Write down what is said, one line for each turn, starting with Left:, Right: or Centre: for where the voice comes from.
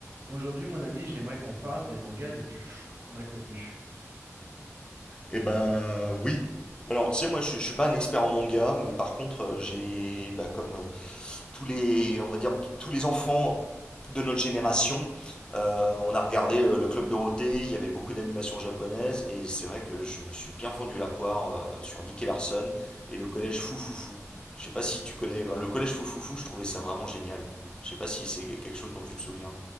Right: Aujourd'hui, mon ami, j'aimerais qu'on parle des mangas les plus fous qu'on a connus.
Left: Eh ben oui. Alors tu sais moi je, suis- je suis pas un expert en manga mais par contre euh, j'ai bah, comme euh, tous les on va dire t- tous les enfants de notre génération euh, on a regardé euh, le Club Dorothée il y avait beaucoup d'animations japonaises et c'est vrai que je me suis bien fendu la poire euh, sur Nicky Larson et le collège Foufoufou. Je sais pas si tu connais ben, le collège Foufoufou je trouvais ça vraiment génial. Je sais pas si c'est quelque chose dont tu te souviens.